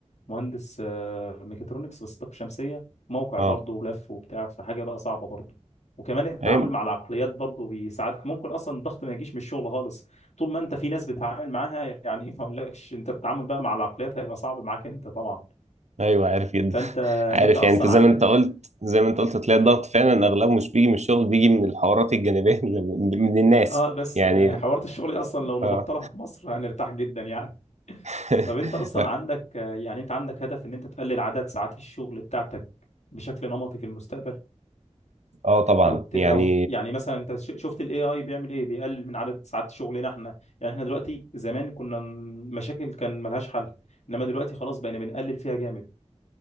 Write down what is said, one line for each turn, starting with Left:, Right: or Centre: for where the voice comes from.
Left: مهندس آه، ميكاترونكس بس طاقة شمسية موقع
Right: اه
Left: برضه ولف وبتاع فحاجة بقى صعبة برضه وكمان التعامل
Right: ايوه
Left: مع العقليات برضه بيساعدك ممكن اصلا الضغط ما يجيش من الشغل خالص طول ما انت في ناس بتتعامل معاها يعني ما اقولكش انت التعامل بقى مع العقليات هيبقى صعب معاك انت طبعا
Right: ايوه عارف جدا
Left: فانت
Right: <laughs> عارف
Left: انت اصلا
Right: يعني انت زي
Left: عندك
Right: ما انت قلت زي ما انت قلت هتلاقي الضغط فعلا اغلبه مش بيجي من الشغل بيجي من الحوارات الجانبيه <laughs> اللي من من الناس
Left: اه بس
Right: يعني
Left: حوارات الشغل اصلا لو نبطلها
Right: اه
Left: في مصر هنرتاح جدا يعني
Right: <laughs>
Left: طب انت اصلا
Right: لا
Left: عندك آه، يعني انت عندك هدف ان انت تقلل عدد ساعات الشغل بتاعتك بشكل نمطي في المستقبل
Right: اه طبعا
Left: او ت...
Right: يعني
Left: او يعني مثلا انت ش- شفت الاي اي بيعمل ايه بيقلل من عدد ساعات شغلنا احنا يعني احنا دلوقتي زمان كنا ن- مشاكل كان ملهاش حل انما دلوقتي خلاص بقينا بنقلل فيها جامد